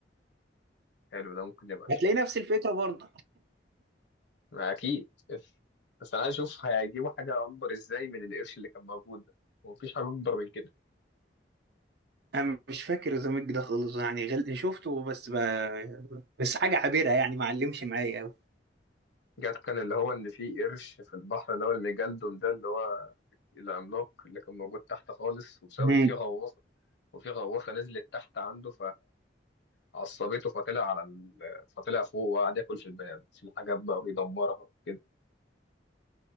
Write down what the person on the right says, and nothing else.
هتلاقي نفس الفكره برضه
انا مش فاكر ذا ميج ده خالص يعني غل... شفته بس ب... بس حاجه عابره يعني ما علمش معايا قوي
امم